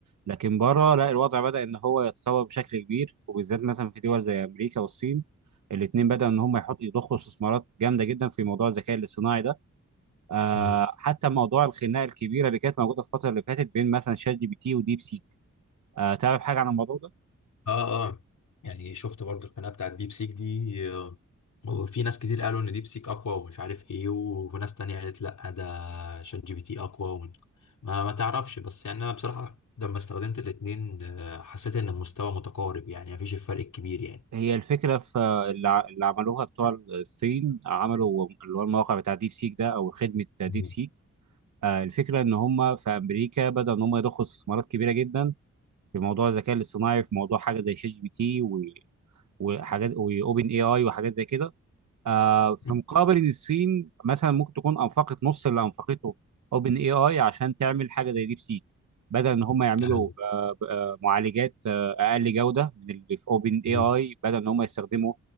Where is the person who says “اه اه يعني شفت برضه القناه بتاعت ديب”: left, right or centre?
Left